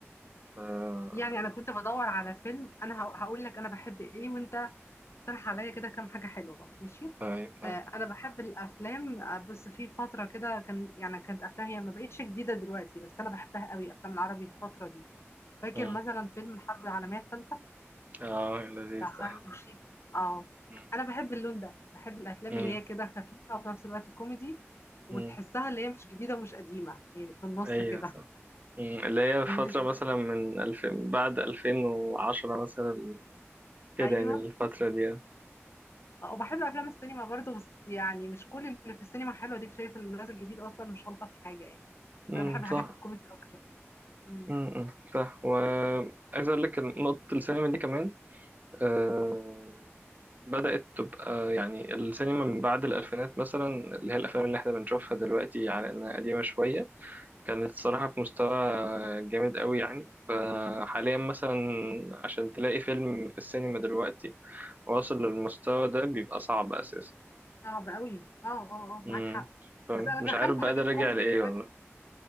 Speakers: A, on the right; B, on the left.
A: ف
B: يعني أنا كنت بدور على فيلم أنا هق- هقول لك أنا بحب إيه وأنت اقترح عليا كده كام حاجة حلوة ماشي؟
A: طيب ف...
B: آه، أنا بحب الأفلام آه، بس في فترة كده كان يعني كانت أفلام هي ما بقتش جديدة دلوقتي بس أنا بحبها قوي أفلام العربي الفترة دي فاكر
A: مم.
B: مثلا فيلم الحرب العالمية الثالثة
A: اه لذيذ
B: بتاع فهمي
A: ده حلو.
B: وشيك اه
A: مم.
B: انا بحب اللون ده بحب الافلام
A: مم.
B: اللي هي كده خفيفه وفي نفس الوقت كوميدي وتحسها
A: مم.
B: اللي هي مش جديده ومش قديمه يعني في النص
A: ايوه
B: كده
A: صح مم. اللي هي
B: بالنسبه
A: فترة مثلا من ألفين بعد ألفين وعشرة مثلا كده
B: ايوه
A: يعني الفترة دي
B: آه، وبحب افلام السينما برضو بس يعني مش كل اللي في السينما حلو اديك شايف اللي نازل جديد اصلا مش الطف حاجه يعني
A: امم
B: انا بحب حاجات
A: صح
B: الكوميدي اكتر مم.
A: امم صح وعايز أقول لك إن نقطة السينما دي كمان آه بدأت تبقى يعني السينما من بعد الألفينات مثلا اللي هي الأفلام اللي احنا بنشوفها دلوقتي على إنها قديمة شوية كانت صراحة في مستوى جامد قوي يعني فحاليا مثلا عشان تلاقي فيلم في السينما دلوقتي واصل للمستوى ده بيبقى صعب أساسا
B: صعب قوي اه اه اه
A: مم.
B: معاك حق
A: فمش
B: بس انا
A: عارف
B: دخلت
A: بقى
B: حاجه
A: ده راجع
B: كوميدي
A: لإيه
B: قريب
A: والله